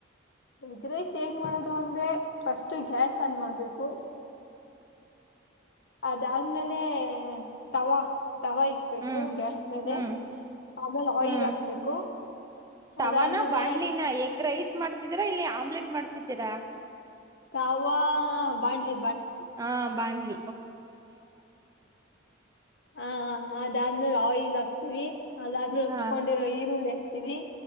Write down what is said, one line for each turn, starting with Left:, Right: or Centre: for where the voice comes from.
Left: ಹೆಗ್ರೈಸ್ ಹೇಗ್ ಮಾಡದು ಅಂದ್ರೆ ಫಸ್ಟ್ ಗ್ಯಾಸ್
Right: ಹ್ಮ್
Left: ಆನ್ ಮಾಡ್ಬೇಕು. ಅದಾದ್ಮೇಲೆ ತವ ತವಾ ಇಕ್ಬೇಕು
Right: ಹ್ಮ್
Left: ಗ್ಯಾಸ್ ಮೇಲೆ
Right: ಹ್ಮ್
Left: ಆಮೇಲೆ ಆಯಿಲ್
Right: ಹ್ಮ್
Left: ಹಾಕ್ಬೇಕು
Right: ತವಾನ
Left: ಅದಾದ್ಮೇಲ
Right: ಬಾಣ್ಲಿನ ಎಗ್ ರೈಸ್ ಮಾಡ್ತಿದ್ದೀರಾ ಇಲ್ಲಿ ಆಮ್ಲೆಟ್ ಮಾಡ್ತಿದ್ದೀರಾ.
Left: ಕಾವ ಬಾ್ಲಿ.
Right: ಹಾ. ಬಡ್ಲಿ
Left: ಹಾ ಹ ಅದಾದ್ಮ ಅಹಿಲ್ ಲ ಆ್ತಿೀವಿ. ಅದಾದ್ಮೇಲೆ ಹೊಚ್ಕೊಂಡಿರೋ
Right: ಹಾ
Left: ಈರುಳ್ಳೆ. ವಿ